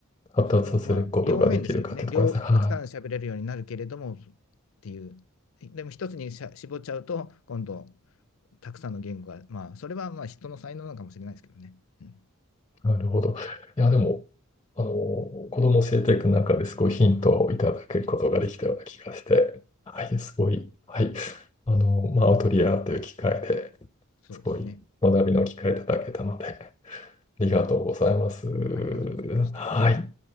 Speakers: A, on the left; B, on the left.
A: 発達させることができるかってところですね。
B: その、まあ、両面ですけどね、両、たくさん喋れるようになるけれどもっ
A: は
B: ていう、でも一つにしゃ絞っちゃうと、今度、たくさんの言語が、まあ、それはまあ人の才能なのかもしれないですけどね。うん、
A: い。なるほど。いや、でも、あの、子供を教えていく中ですごいヒントをいただくことができたような気がして、はい、すごい、
B: はい、
A: はい。あの、まあ、アウトリアという機会で
B: そうですね。
A: すごい学びの機会いただけたので、ありがとうございます。
B: はい、ありがとうございました。
A: はい。